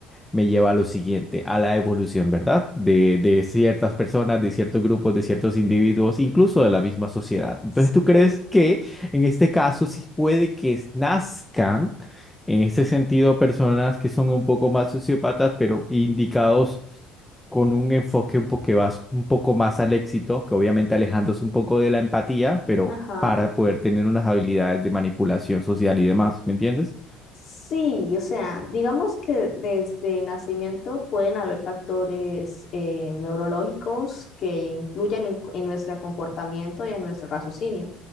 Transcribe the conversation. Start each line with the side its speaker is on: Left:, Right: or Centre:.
Centre: me lleva a lo siguiente, a la evolución, ¿verdad? De, de ciertas personas, de ciertos grupos, de ciertos individuos, incluso de la misma sociedad. Entonces,
Left: sí,
Centre: ¿tú crees que en este caso sí puede que nazcan? en este sentido, personas que son un poco más sociópatas, pero indicados con un enfoque un poco, más, un poco más al éxito, que obviamente alejándose un poco de la empatía, pero
Left: ajá.
Centre: para poder tener unas habilidades de manipulación social y demás, ¿me entiendes?
Left: Sí, o sea, digamos que desde nacimiento pueden haber factores eh, neurológicos que influyen en, en nuestro comportamiento y en nuestro raciocinio.